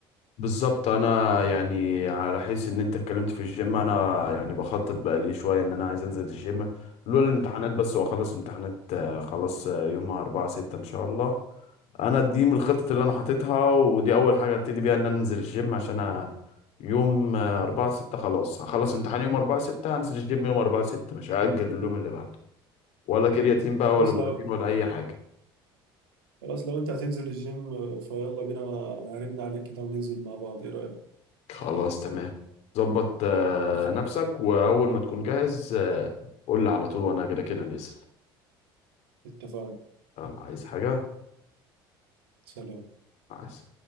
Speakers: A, on the left; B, on the right.
A: بالظبط انا يعني على حيث ان انت اتكلمت في الجيم انا يعني بخطط بقى لي شويه ان انا عايز انزل الجيم لولا الامتحانات بس واخلص امتحانات آه، خلاص آه، يوم 4 6 ان شاء الله انا دي من الخطط اللي انا حاططها ودي اول حاجه ابتدي بيها ان انا انزل الجيم عشان أ- يوم 4 6 خلاص هخلص امتحان يوم 4 6 هنزل الجيم يوم 4 6 مش هأجل اليوم اللي بعده ولا كرياتين بقى
B: بس
A: ولا بروتين
B: لو
A: ولا اي حاجه
B: خلاص لو انت هتنزل الجيم فيلا بينا انا هرن عليك كده وننزل مع بعض ايه رأيك
A: خلاص تمام ظبط آه،
B: اتفق
A: نفسك واول ما تكون جاهز آه، قول لي على طول وانا كده كده نازل
B: اتفقنا
A: يلا عايز حاجة
B: سلام
A: عايز